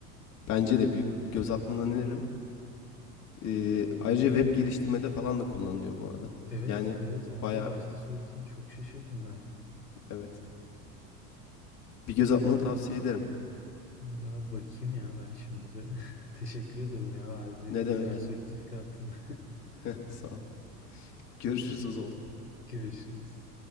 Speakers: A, on the left; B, on the left.
A: bence de bir göz atmanı öneririm. Ee, ayrıca web geliştirmede falan da kullanılıyor bu arada.
B: Evet,
A: Yani
B: evet onu
A: baya
B: da başta söyledin. Çok şaşırdım ben.
A: evet. Bir göz atmanı tavsiye ederim.
B: Öyle abi bakayım ya ben şimdi bir. <laughs> Teşekkür ederim ya. Harbi
A: Ne
B: bir
A: demek?
B: perspektif kattın.
A: <laughs> Sağ ol. Görüşürüz o zaman.
B: <laughs> Görüşürüz.